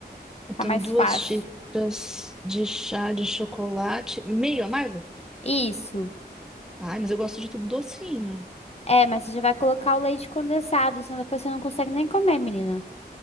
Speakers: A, in the centre; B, on the left.
A: Então,
B: Tá mais
A: duas
B: fácil.
A: xícaras de chá de chocolate, meio amargo?
B: Isso.
A: Ai, mas eu gosto de tudo docinho.
B: É, mas você já vai colocar o leite condensado, senão depois você não consegue nem comer, menina.